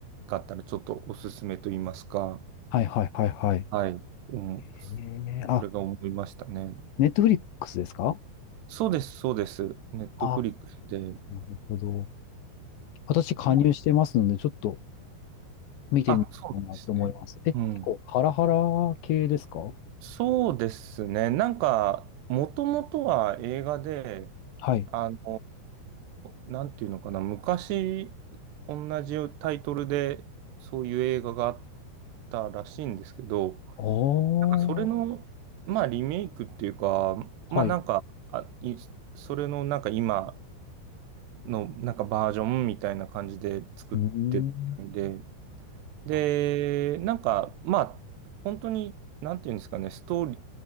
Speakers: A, on the right; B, on the left.
A: かったら、ちょっとおすすめと言いますか、
B: はいはいはいはい。
A: はい。うん。
B: えー、あ、
A: それが思いましたね。
B: ネットフリックスですか
A: そうです、そうです。ネットフリックスで。
B: あ、なるほど。私加入してますので、
A: な、
B: ちょっと見てみようかなと思います。
A: あ、そうなんですね。
B: え、
A: うん。
B: 結構ハラハラ系ですか
A: そうですね。なんか、もともとは映画で、
B: はい。
A: あのーなんていうのかな、昔、同じタイトルで、そういう映画があったらしいんですけど、
B: おー
A: それの、まあ、リメイクっていうか、
B: はいう
A: まあ、なんか、あ、い、それの、なんか今、のなんかバージョンみたいな感じで作ってるみたいで、
B: ーん
A: で、
B: あ
A: なんかまあ本当になんていうんですかね、ストーリ